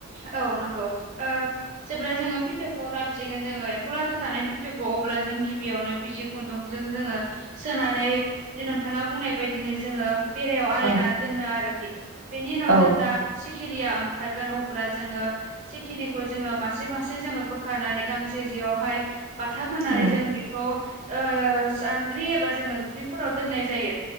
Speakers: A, on the right (about 35°); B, on the right (about 70°).
A: औ नंगौ। ओ जेब्ला जोङो फिथोबखौ लाबोसिगोन जोङो एम्फौ लाथा थानाय फिथोबखौ अब्ला जों गिबियावनो बि बिजि खुन्दुंजों जोङो सोनानै नोंथाङा बुंनाय बायदिनो जोङो बेरायाव आलायना
B: औ
A: दोनो आरोखि बेनि उनाव
B: औ
A: जेब्ला सिखिरिया ओं खारगोन अब्ला जोङो सिखिरिखौ जोङो मासे मासे जोङो बोखानानै गांसे जियावहाय बाथा फोनानै
B: औ
A: जों बेखौ ओ सान्द्रि एबा जोङो दुबख्लिफोराव दोननाय जायो।